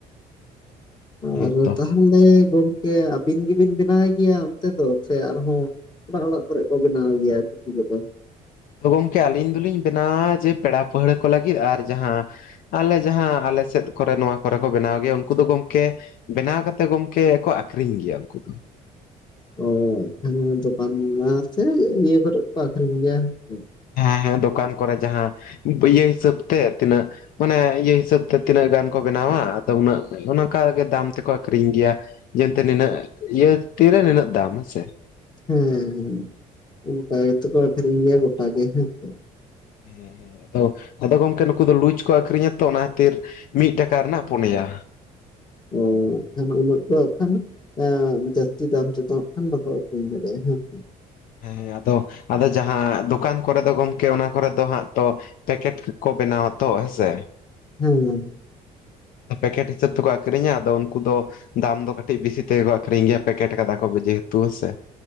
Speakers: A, on the left (about 65°); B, on the left (about 30°).
A: ᱦᱮᱸᱛᱚ
B: ᱟᱨ ᱛᱟᱦᱚᱞᱮ ᱜᱚᱢᱠᱮ ᱟᱹᱵᱤᱱ ᱜᱤᱵᱤᱱ ᱵᱮᱱᱟᱣ ᱜᱮᱭᱟ ᱚᱱᱛᱮ ᱫᱚ ᱥᱮ ᱟᱨᱦᱚᱸ ᱵᱟᱨ ᱚᱲᱟᱜ ᱠᱚᱨᱮᱜ ᱠᱚ ᱵᱮᱱᱟᱣ ᱜᱮᱭᱟ ᱪᱩᱴᱤ ᱠᱚᱫᱚ᱾
A: ᱜᱚᱢᱠᱮ ᱟᱹᱞᱤᱧ ᱫᱚᱞᱤᱧ ᱵᱮᱱᱟᱣᱟ ᱡᱮ ᱯᱮᱲᱟ ᱯᱟᱹᱦᱲᱟᱹ ᱠᱚ ᱞᱟᱹᱜᱤᱫ ᱟᱨ ᱡᱟᱦᱟᱸ ᱟᱞᱮ ᱡᱟᱦᱟᱸ ᱟᱞᱮ ᱥᱮᱫ ᱠᱚᱨᱮ ᱱᱚᱣᱟ ᱠᱚᱨᱮ ᱠᱚ ᱵᱮᱱᱟᱣ ᱜᱮᱭᱟ ᱩᱱᱠᱩ ᱫᱚ ᱜᱚᱢᱠᱮ ᱵᱮᱱᱟᱣ ᱠᱟᱛᱮ ᱜᱚᱢᱠᱮ ᱟᱠᱚ ᱟᱠᱷᱨᱤᱧ ᱜᱮᱭᱟ ᱩᱱᱠᱩ ᱫᱚ ᱾
B: ᱚᱻ ᱮᱱᱠᱷᱟᱱ ᱫᱚᱠᱟᱱ ᱢᱟ ᱥᱮ ᱤᱭᱟᱹ ᱠᱚᱨᱮᱜ ᱠᱚ ᱟᱠᱷᱨᱤᱧ ᱜᱮᱭᱟ ᱥᱮ ᱾
A: ᱦᱮᱸ ᱦᱮᱸ ᱫᱚᱠᱟᱱ ᱠᱚᱨᱮ ᱡᱟᱦᱟᱸ ᱯᱟᱹᱭᱟᱹ ᱦᱤᱥᱟᱹᱵ ᱛᱮ ᱛᱤᱱᱟᱹᱜ ᱢᱟᱱᱮ ᱤᱭᱟᱹ ᱦᱤᱥᱟᱹᱵ ᱛᱮ ᱛᱤᱱᱟᱹᱜ ᱜᱟᱱ ᱠᱚ ᱵᱮᱱᱟᱣᱟ ᱟᱫᱚ ᱩᱱᱟᱹᱜ ᱚᱱᱟᱠᱟᱜᱮ ᱫᱟᱢ ᱛᱮᱠᱚ ᱟᱠᱷᱨᱤᱧ ᱜᱮᱭᱟ ᱾ ᱡᱮᱱᱛᱮ ᱱᱤᱱᱟᱹᱜ ᱤᱭᱟᱹ ᱛᱤᱨᱮ ᱱᱤᱱᱟᱹᱜ ᱫᱟᱢ ᱦᱮᱸᱥᱮ ᱾
B: ᱦᱮᱸ ᱦᱮ, ᱚᱱᱠᱟ ᱜᱮᱛᱚ ᱠᱚ ᱟᱠᱷᱨᱤᱧ ᱜᱮᱭᱟ ᱜᱚᱴᱟ ᱜᱮ ᱦᱮᱸ ᱥᱮ ᱾
A: ᱦᱮᱸ ᱦᱸ ᱟᱫᱚ ᱟᱫᱚ ᱜᱚᱝᱠᱮ ᱱᱩᱠᱩ ᱫᱚ ᱞᱩᱡ ᱠᱚ ᱟᱠᱷᱨᱤᱧᱟ ᱛᱚ ᱚᱱᱟ ᱠᱷᱟᱹᱛᱤᱨ᱾ ᱢᱤᱫ ᱴᱟᱠᱟ ᱨᱮᱱᱟᱜ ᱯᱩᱱᱭᱟ᱾
B: ᱚᱠᱷᱟᱱ ᱩᱱᱟᱹᱜ ᱫᱚ ᱮ ᱠᱷᱟᱱ ᱮᱸᱻ ᱡᱟᱹᱥᱛᱤ ᱫᱟᱢ ᱪᱚᱛ ᱠᱷᱟᱱ ᱵᱟᱠᱚ ᱟᱹᱨᱤᱧ ᱫᱟᱲᱮᱭᱟᱜᱼᱟ ᱦᱮᱸ ᱥᱮ᱾
A: ᱦᱮᱸ ᱟᱫᱚ ᱟᱫᱚ ᱡᱟᱦᱟᱸ ᱫᱚᱠᱟᱱ ᱠᱚᱨᱮ ᱫᱚ ᱜᱚᱢᱠᱮ ᱚᱱᱟ ᱠᱚᱨᱮ ᱫᱚ ᱦᱟᱸᱜ ᱛᱚ ᱯᱮᱠᱮᱴ ᱠᱚ ᱵᱮᱱᱟᱣᱟ ᱛᱚ ᱦᱮᱸᱥᱮ᱾
B: ᱦᱩᱸ᱾
A: ᱯᱮᱠᱮᱴ ᱦᱤᱥᱟᱹᱵ ᱛᱮᱠᱚ ᱟᱠᱷᱨᱤᱧᱟ ᱟᱫᱚ ᱩᱱᱠᱩ ᱫᱚ ᱫᱟᱢ ᱫᱚ ᱠᱟᱹᱴᱤᱡ ᱵᱮᱥᱤ ᱛᱮᱠᱚ ᱟᱠᱷᱨᱤᱧ ᱜᱮᱭᱟ ᱯᱮᱠᱮᱴ ᱠᱟᱫᱟ ᱠᱚ ᱡᱮᱦᱮᱛᱩ ᱦᱮᱸᱥᱮ᱾